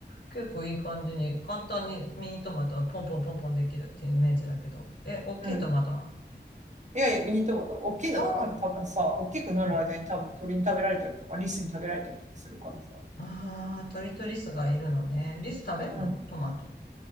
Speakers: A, on the left; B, on the right.
A: 結構いい感じに、簡単にミニトマトはポンポンポンポンできるっていうイメージだけど。え、大きいトマトなの
B: うん。いやいや、ミニトマト、大きいのだったら多分さ、
A: ああ
B: 大きくなる間に多分鳥に食べられたりとか、
A: うん。
B: リスに食べられたりとかするからさ。
A: ああ、鳥とリスがいるのね。リス食べんのトマト。
B: うん。